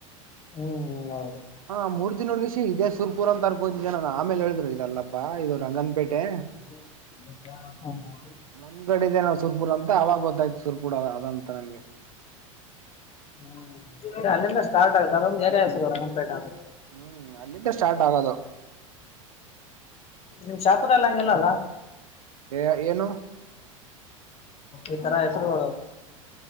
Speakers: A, on the left; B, on the right.
A: ಹ್ಮ್ ಹ್ಮ್ ಹೌದು.
B: ಹ ಮೂರ್ತಿ ನೋಡ್ವಿಸಿ ಇದೇ ಸೂರ್ ಪುರ ಅಂತರ್ಕೋತಿದ್ದ ನಾನ ಆಮೇಲೆ ಹೇಳಿದ್ರು ಇದಲ್ಲಪ್ಪಾ ಇದದು ರಂಗನಪೇಟೆ.
A: <unintelligible>
B: ಮುಂದ್ಗಡ ಇದೆ <unintelligible> ಸುರ್ಪುರ್ ಅಂತ ಅವಾಗ ಗೊತ್ತಾಯ್ ಸುರ್ಪೂರ್ ಅದಂತ ನನ್ಗೆ.
A: ಹ್ಮ <unintelligible> ಅಲ್ಲಿಂದ ಸ್ಟಾರ್ಟ್ ಆಗುತ್ತೆ ಅದೊಂದು ಏರಿಯಾ ಹೆಸರು ರಂಗನ್ ಪೇಟ ಅಂತ ಹೇಳ್
B: ಹ್ಮ್ ಅಲ್ಲಿಂದ ಸ್ಟಾರ್ಟ್ ಆಗೋದು.
A: ನಿಮ್ ಶಾಪುರ ಅಲ್ಲಿ ಹಂಗಿಲ್ಲಲ್ಲ.
B: ಏ ಏನು.
A: ಇತರ ಹೆಸರು.